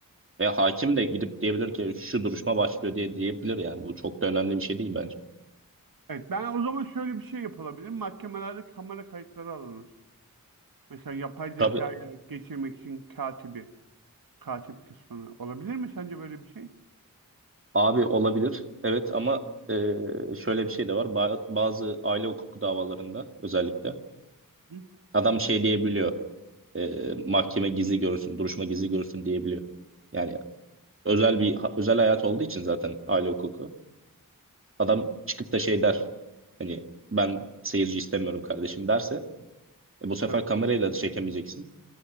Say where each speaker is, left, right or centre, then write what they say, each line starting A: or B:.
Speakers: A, on the right; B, on the right.
A: Ve hakim de gidip diyebilir ki şu duruşma başlıyor diye diyebilir yani. Bu çok da önemli bir şey değil bence.
B: Evet ben o zaman şöyle bir şey yapılabilir. Mahkemelerde kamera kayıtları alınır. Mesela yapay zekaya
A: Tabii
B: geçirmek için katibi, katip kısmını olabilir mi sence böyle bir şey?
A: abi olabilir. Evet ama e, şöyle bir şey de var. Ba- bazı aile hukuku davalarında özellikle
B: Hı
A: adam şey diyebiliyor. E, mahkeme gizli görsün, duruşma gizli görsün diyebiliyor. Yani özel bir ha- özel hayat olduğu için zaten aile hukuku. Adam
B: hı.
A: çıkıp da şey der. Hani ben seyirci istemiyorum kardeşim derse e, bu sefer
B: Tabii.
A: kamerayla da çekemeyeceksin.